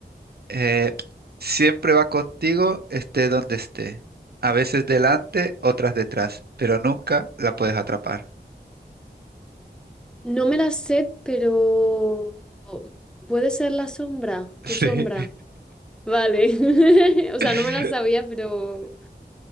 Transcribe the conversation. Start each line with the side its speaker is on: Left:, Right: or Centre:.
Right: Eh, siempre va contigo, esté donde esté. A veces delante, otras detrás, pero nunca la puedes atrapar.
Centre: No me las sé, pero puede ser la sombra, tu
Right: Sí.
Centre: sombra. Vale. <laughs> O
Right: <laughs>
Centre: sea, no me las sabía, pero